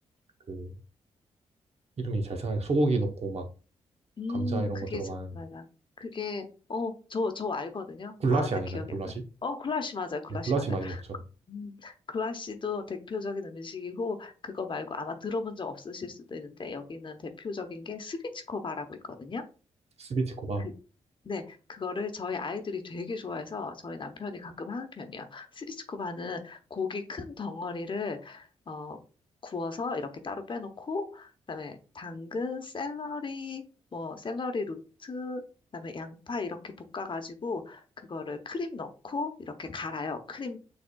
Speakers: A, on the right; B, on the left.
A: 그 이름이 잘 생각나요. 소고기 넣고 막
B: 음,
A: 감자 이런
B: 그게
A: 거 들어간
B: 잠깐만요. 그게 어, 저, 저 알거든요.
A: 굴라시
B: 아는데
A: 아닌가요?
B: 기억이
A: 굴라시?
B: 안 나요. 어, 글라시 맞아요. 글라시
A: 네, 굴라시
B: 맞아요.
A: 많이 먹죠.
B: 그- 음, 글라시도 대표적인 음식이고 그거 말고 아마 들어본 적 없으실 수도 있는데 여기는 대표적인 게 스비치코바라고 있거든요.
A: 스비치코바.
B: 그 네, 그거를 저희 아이들이 되게 좋아해서 저희 남편이 가끔 하는 편이에요. 스비츠코바는 고기 큰 덩어리를 어, 구워서 이렇게 따로 빼놓고 그다음에 당근, 샐러리, 뭐 샐러리 루트, 그다음에 양파 이렇게 볶아가지고 그거를 크림 넣고 이렇게 갈아요. 크림